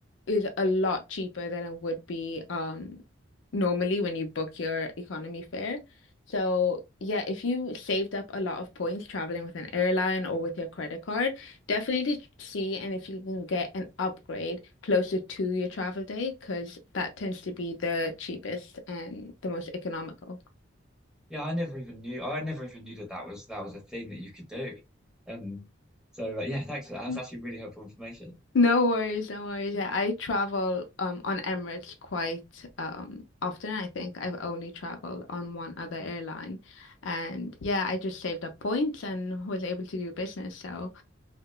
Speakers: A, on the left (about 70°); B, in the centre.
A: is a lot cheaper than it would be um, normally when you book your economy fare. So, yeah, if you saved up a lot of points traveling with an airline or with your credit card, definitely ch- see and if you can get an upgrade closer to your travel day, because that tends to be the cheapest and the most economical.
B: Yeah, I never even knew. I never even knew that that was that was a thing that you could do. Um, so uh, yeah, thanks for that. That's
A: Yeah.
B: actually really helpful information.
A: No worries, no worries. Yeah, I travel um on Emirates quite um often. I think I've only traveled on one other airline. And yeah, I just saved up points and was able to do business. So